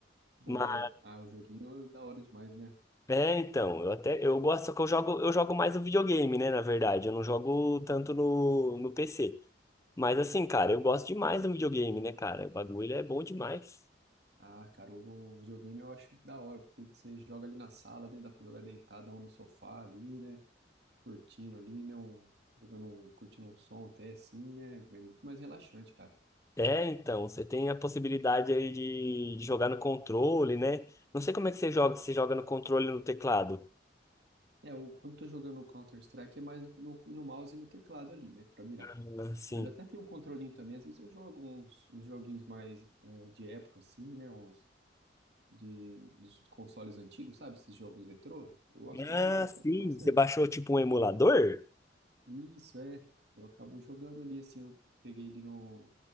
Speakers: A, on the right; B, on the left.
A: Boa.
B: Mas,
A: Ah, o joguinho é da hora demais, né?
B: é, então, eu até. Eu gosto, só que eu jogo, eu jogo mais no videogame, né? Na verdade, eu não jogo tanto no, no PC. Mas assim, cara, eu gosto demais do videogame, né, cara? O bagulho é bom demais.
A: Ah, cara, o o videogame eu acho da hora, porque você joga ali na sala, né? Dá pra jogar deitado ou no sofá ali, né? Curtindo ali, né? Um, jogando um, curtindo um som até assim, né? É muito mais relaxante, cara.
B: É, então, você tem a possibilidade aí de de jogar no controle, né? Não sei como é que você joga, se você joga no controle ou no teclado.
A: É, o, quando tô jogando o Counter-Strike é mais no, no, no mouse e no teclado ali, né, pra mirar.
B: Ah, sim.
A: Mas até tem um controlinho também, às vezes eu jogo uns, uns joguinhos mais é, de época, assim, né, uns de, dos consoles antigos, sabe, esses jogos retrô, eu gosto
B: Ah,
A: também pra
B: sim.
A: bastante.
B: Você baixou tipo um emulador?
A: Isso, é, eu acabo jogando ali, assim, eu peguei ele num,